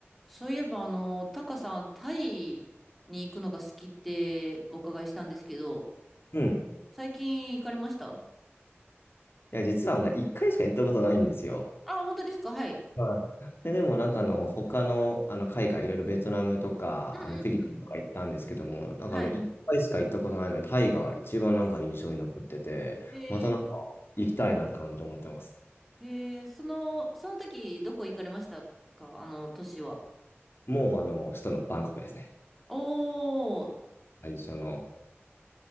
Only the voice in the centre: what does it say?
そういえば、あの、タカさん、タイに行くのが好きってお伺いしたんですけど、
最近行かれました
あ、本当ですかはい。
うんうんうん。
はい。
えー、
えーその、その時、どこ行かれましたかあの、年は。
おー。